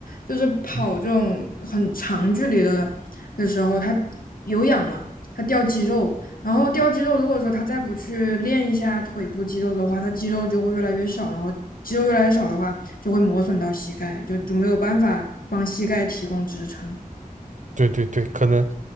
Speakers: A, on the left; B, on the right.
A: 就是跑这种很长距离的的时候，
B: 嗯
A: 它有氧嘛，它掉肌肉，然后掉肌肉，如果说他再不去练一下腿部肌肉的话，他肌肉就会越来越少，然后肌肉越来越少的话，就会磨损到膝盖，就就没有办法帮膝盖提供支撑。
B: 对对对，可能